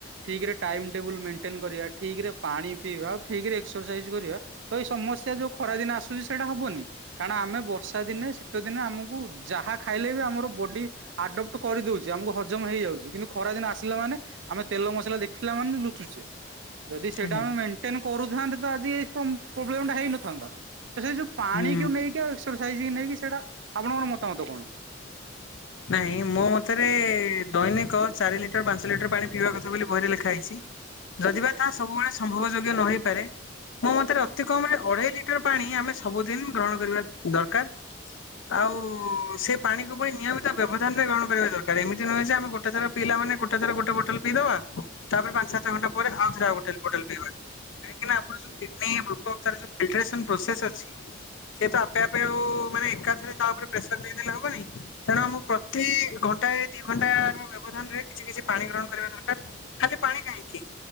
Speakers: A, on the right (about 65°); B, on the left (about 75°).
A: ଠିକ ରେ ଟାଇମ ଟେବୁଲ ମେଣ୍ଟେନ କରିବା, ଠିକ ରେ ପାଣି ପିଇବା, ଠିକରେ ଏକ୍ସରସାଇଜ କରିବା, ତ ଏଇ ସମସ୍ୟା ଯୋଉ ଖରା ଦିନେ ଆସୁଛି ସେଇଟା ହବନି କାରଣ ଆମେ ବର୍ଷା ଦିନେ ଶୀତ ଦିନେ ଆମକୁ ଯାହା ଖାଇଲେ ବି ଆମର ବଡି ଆଡପ୍ଟ କରିଦଉଛି ଆମକୁ ହଜମ ହେଇଯାଉଛି। କିନ୍ତୁ ଖରା ଦିନ ଆସିଲା ମାନେ ଆମେ ତେଲ ମସଲା ଦେଖିଲା ମାନେ ଲୁଚୁଛେ। ଯଦି ସେଇଟା
B: ଆଜ୍ଞା
A: ଆମେଣ୍ଟେନ କରୁଥାନ୍ତେ ଆଜି ଏଇ ପ୍ରୋବ୍ଲେମ ଟା ହେଇନଥାନ୍ତା। ତ ସେ ଯୋଉ ପାଣି
B: ହୁଁ।
A: କଉ ନେଇକି ଆ ସ ନେଇକି ସେଇଟା ଆପଣଙ୍କର ମତାମତ କଣ?
B: ନାଇଁ ମୋ ମତରେ ଦୈନିକ ଚାରି ଲିଟର ପାଞ୍ଚ ଲିଟର ପାଣି ପିଇବା କଥା ବୋଲି ବହିରେ ଲେଖା ହେଇଛି। ଯଦିବା
A: ଆଜ୍ଞା।
B: ତାହା ସବୁବେଳେ ସମ୍ଭବ ଯୋଗ୍ୟ ନ ହେଇପାରେ ମୋ ମତରେ ଅତି କମ ରେ ଅଢେଇ ଲିଟର ପାଣି ଆମେ ସବୁଦିନ ଗ୍ରହଣ କରିବା ଦରକାର। ଆଉ ସେ ପାଣିକୁ ପ ନିୟମିତ ବ୍ୟବଧାନରେ ଗ୍ରହଣ କରିବା ଦରକାର ।ଏମିତି ନୁହେଁ ଆମେ ଗୋଟେ ଥ ପିଲ ମେ ଗୋଟ ଥର ଗୋଟେ ବଟଲ ପିଇଦବା ତାପରେ ପାଞ୍ଚ ସାତ ଘଣ୍ଟା ପରେ ଆଉ ଥରେ ଆଉ ଗଟେ ହୋଟଲ ବଟଲ ପିଇବା କାହିଁକି ନା ଆମର ଯୋଉ
A: ହୁଁ
B: କିଡନୀ ବୃକ୍ ତାର ଯୋଉ ଫିଲଟରେସନ ପ୍ରୋସେସ ଅଛି ସେ ତ ଆପେ
A: ହୁଁ
B: ଆପେ ଆଉ ମାନେ ଏକାଥରେ ତା ଉପରେ ପ୍ରେସର ଦେଇଦେଲେ ହବନି। କାରଣ ଆମ ପ୍ରତି ଘଣ୍ଟାଏ ଦି ଘଣ୍ଟାର ବ୍ୟବଧାନରେ କିଛି କିଛି ପାଣି ଗ୍ରହଣ କରିବା ଦରକାର। ଖାଲି ପାଣି କାହିଁକି